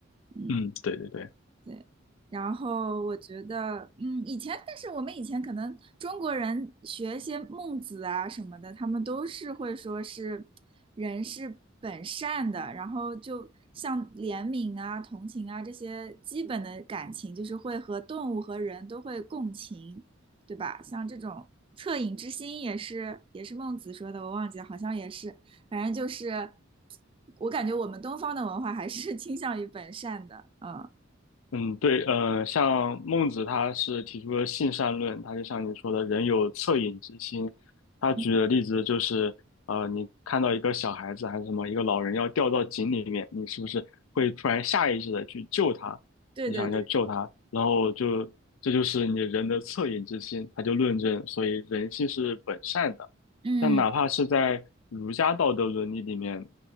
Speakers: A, on the right; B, on the left.
A: 嗯。
B: 嗯，对对对，
A: 对，然后我觉得，嗯，以前，但是我们以前可能中国人学一些孟子啊什么的，他们都是会说是人是本善的，然后就像怜悯啊、同情啊这些基本的感情，就是会和动物和人都会共情，对吧？像这种恻隐之心也是也是孟子说的，我忘记了，好像也是，反正就是，我感觉我们东方的文化还是 <laughs> 倾向于本善的，嗯。
B: 嗯，对，呃，像孟子他是提出了性善论，他就像你说的，人有恻隐之心。他举的例子就是，
A: 嗯
B: 呃，你看到一个小孩子还是什么，一个老人要掉到井里面，你是不是会突然下意识的去救他？
A: 对对对，
B: 你想要救他，然后就这就是你人的恻隐之心。他就论证，所以人性是本善的。
A: 嗯
B: 但哪怕是在儒家道德伦理里面，